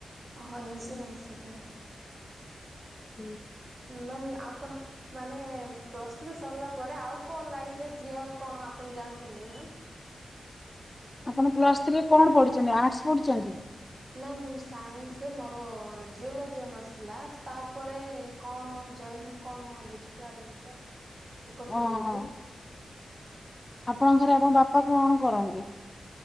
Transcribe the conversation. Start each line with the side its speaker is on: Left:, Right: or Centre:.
Right: ଓ ହୋ ଇନ୍ଶୁରଂସ୍ ଏଥିରେ
Left: ହୁଁ।
Right: ମ୍ୟାମ୍ ଆଉ କଣ ମାନେ ପ୍ଲସ୍ ଥ୍ରି ସରିଲା ପରେ ଆଉ କଣ ଲାଇନରେ ଯିବା ଆଉ କଣ ଆପଣ ଜାଣିଛନ୍ତି କି ମ୍ୟାମ୍?
Left: ଆପଣ ପ୍ଲସ୍ ଥ୍ରୀରେ କଣ ପଢିଛନ୍ତି ଆର୍ଟସ ପଢିଛନ୍ତି।
Right: ନାଇ ମ୍ୟାମ୍ ସାଇନ୍ସ ରେ ମୋର ଜିଓଲୋଜି ଅନର୍ସ ଥିଲା ତାପରେ କଣ ଜଏନ୍ କଣ ମୁଁ ବୁଝିପାରନି ତ। ଟିକେ କହିପାରିବେ
Left: ଓହୋ
Right: କି?
Left: ଆପଣଙ୍କ ଘରେ ଆପଣ ବାପା କଣ କରନ୍ତି?